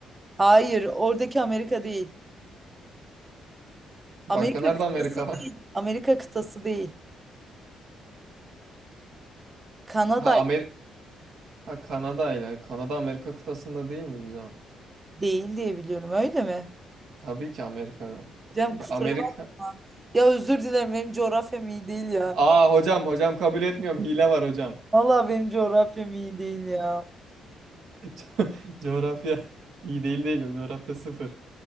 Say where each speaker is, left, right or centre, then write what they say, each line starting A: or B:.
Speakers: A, on the right; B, on the right.
A: Hayır, oradaki Amerika değil.
B: Başka
A: Amerika
B: nerede
A: kıtası
B: Amerika var?
A: değil.
B: <laughs>
A: Amerika kıtası değil. Kanada
B: Ha, Amer ha Kanada ile. Kanada Amerika kıtasında değil mi güzel?
A: değil diye biliyorum öyle mi?
B: Tabii ki Amerika.
A: Canım
B: Ya
A: kusura
B: Amerika.
A: bakma. Ya özür dilerim benim coğrafyam iyi değil ya.
B: Aa hocam hocam kabul etmiyorum. Hile var hocam.
A: Vallahi benim coğrafyam iyi değil ya.
B: <laughs> Co- Coğrafya iyi değil değil. Coğrafya sıfır.